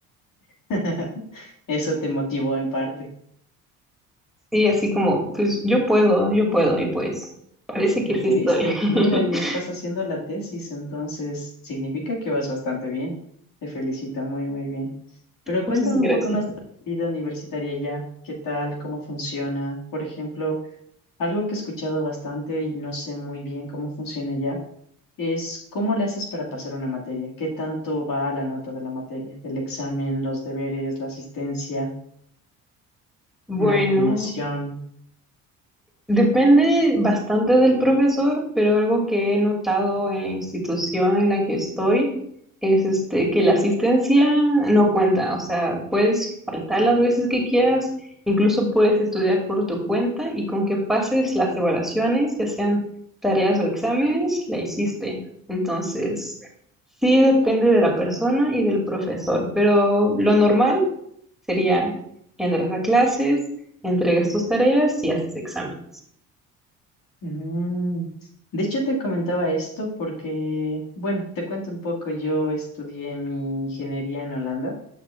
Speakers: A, on the left (about 50°); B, in the centre.
A: <laughs> Eso te motivó en parte.
B: Sí, así como, pues yo puedo, yo puedo, y pues parece que
A: Y
B: sí
A: pudiste.
B: estoy. <laughs>
A: Mira, ya estás haciendo la tesis, entonces significa que vas bastante bien. Te felicito muy, muy bien. Pero
B: Muchas
A: cuéntame
B: gracias.
A: un poco más de tu vida universitaria ya. ¿Qué tal? ¿Cómo funciona? Por ejemplo, algo que he escuchado bastante y no sé muy bien cómo funciona ya es cómo le haces para pasar una materia. ¿Qué tanto va a la nota de la materia? El examen, los deberes, la asistencia.
B: Bueno.
A: Una combinación.
B: Depende bastante del profesor, pero algo que he notado en la institución en la que estoy es este, que la asistencia no cuenta, o sea, puedes faltar las veces que quieras, incluso puedes estudiar por tu cuenta y con que pases las evaluaciones, ya sean tareas o exámenes, la hiciste. Entonces, sí depende de la persona y del profesor, pero lo normal sería entras a clases, entregas tus tareas y haces exámenes.
A: Mm. De hecho, te comentaba esto porque, bueno, te cuento un poco, yo estudié mi ingeniería en Holanda